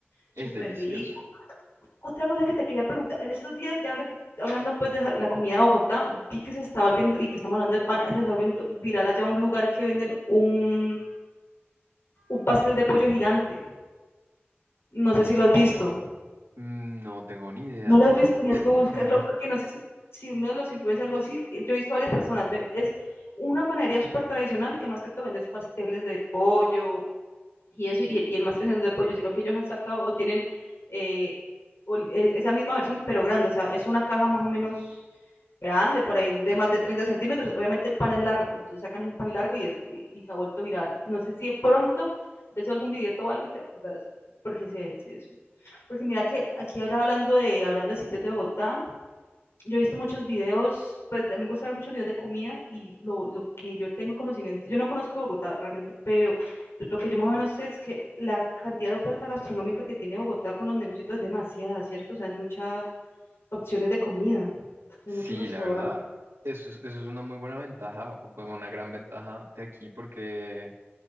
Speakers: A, on the left (about 75°); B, on the right (about 85°).
A: súper
B: es delicioso.
A: rico. Otra cosa que te quería preguntar, en estos días, ya habla que hablando, pues, de ja la comida de Bogotá, vi que se está volviendo y que estamos hablando de pan, se está volviendo viral allá un lugar que venden un un pastel de pollo gigante. No sé si lo has visto.
B: Mm, No tengo ni idea.
A: No lo has visto, tenías
B: <laughs>
A: que buscarlo,
B: No.
A: porque no sé si, si uno de los influencers, algo así, eh, yo he visto varias personas, ve- es una panadería súper tradicional que más que te vendes pasteles de pollo, y eso, y, y el más tres es de pollo, sino que ellos han sacado, tienen eh, esa misma versión, pero grande, o sea, es una caja más o menos grande, por ahí de más de 30 centímetros. Obviamente el pan es largo, entonces sacan el pan largo y, y, y se ha vuelto viral. No sé si de pronto ves algún video o algo y te acordás, porque se, se eso. Porque mira que aquí ahora hablando de, hablando de sitios de Bogotá, yo he visto muchos videos, pues me gusta ver muchos videos de comida y lo, lo que yo tengo conocimiento, yo no conozco Bogotá realmente, pero lo que yo más o menos sé es que la cantidad de oferta gastronómica que tiene Bogotá con los negocios es demasiada, ¿cierto? O sea, hay muchas opciones de comida, hay
B: Sí,
A: muchos restaurantes.
B: la verdad, eso es, eso es una muy buena ventaja, o bueno, una gran ventaja de aquí, porque